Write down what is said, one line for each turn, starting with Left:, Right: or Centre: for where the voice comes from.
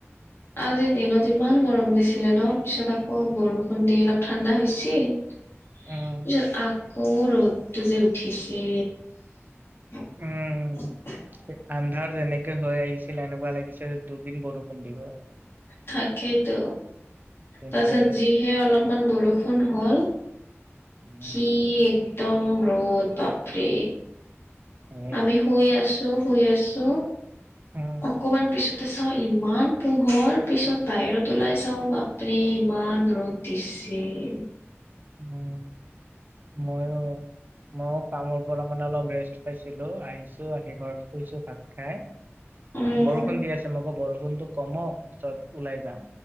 Left: আজি দিনত ইমান গৰম দিছিলে ন পিছত আকৌ বৰষুণ দি অলপ ঠাণ্ডা হৈছিল। পিছত
Right: উম,
Left: আকৌ ৰ'দটো যে উঠিছে। <unintelligible>
Right: উম। আন্ধাৰ যেনেকে হৈ আহিছিল এনেকুৱা লাগিছিল দুদিন বৰষুণ দিব।
Left: থাকেইতো
Right: কিন্তু
Left: তাৰছত যিহে অলপমান বৰষুণ হ'ল।
Right: উম,
Left: কি একদম ৰ'দ বাপৰে।
Right: এ
Left: আমি শুই আছো শুই আছো
Right: উম,
Left: অকমান পিছত ত চা ইমান পোহৰ পিছত বাহিৰত ওলাই চাও বাপৰে ইমান ৰ'দ দিছে। ছে।
Right: উম, মইয়ো। মই কামৰ পৰা মানে অলপ ৰেষ্ট পাইছিলো আহিছো আহি ঘৰত শুইছো ভাত খাই।
Left: উম
Right: বৰষুণ দি আছে লগত বৰষুণতোক কমক পিছত ওলাই যাম